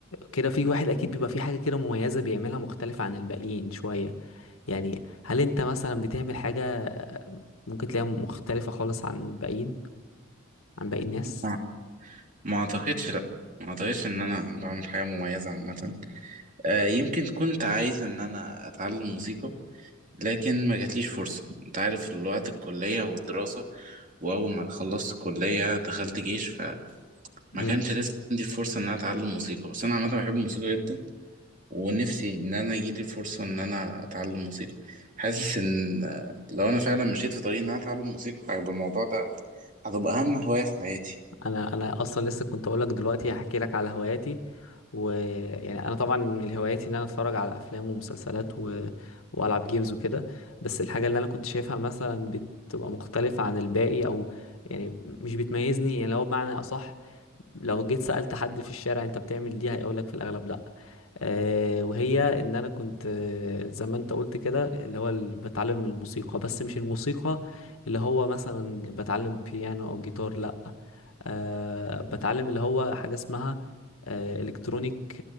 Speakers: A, on the left; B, on the right.
A: كده في واحد اكيد بيبقى في حاجه كده مميزه بيعملها مختلفه عن الباقيين شويه يعني هل انت مثلا بتعمل حاجة ممكن تلاقيها مختلفة خالص عن الباقيين عن باقي الناس
B: ما ما اعتقدش لا ما اعتقدش ان انا بعمل حاجه مميزه عامه آه يمكن كنت عايز ان انا اتعلم موسيقى لكن ما جاتليش فرصة انت عارف الوقت الكلية والدراسة واول ما خلصت الكلية دخلت جيش فما
A: مم.
B: كانش لسه عندي الفرصة ان انا اتعلم موسيقى بس انا عامة بحب الموسيقى جدا ونفسي ان انا يجيلي الفرصة ان انا اتعلم موسيقى حاسس ان آه، لو انا فعلا مشيت في طريق ان انا اتعلم موسيقى هيبقى الموضوع ده هتبقى اهم هواية في حياتي
A: انا انا اصلا لسه كنت اقول لك دلوقتي هحكي لك على هواياتي ويعني انا طبعا من هواياتي ان انا اتفرج على افلام ومسلسلات و... والعب جيمز وكده بس الحاجه اللي انا كنت شايفها مثلا بتبقى مختلفه عن الباقي او يعني مش بتميزني يعني لو بمعنى اصح لو جيت سألت حد في الشارع انت بتعمل دي هيقولك في الاغلب لا أه وهي ان انا كنت آه، زي ما انت قلت كده اللي هو ال- بتعلم الموسيقى بس مش الموسيقى اللي هو مثلا بتعلم بيانو او جيتار لا آه بتعلم اللي هو حاجة اسمها الكترونيك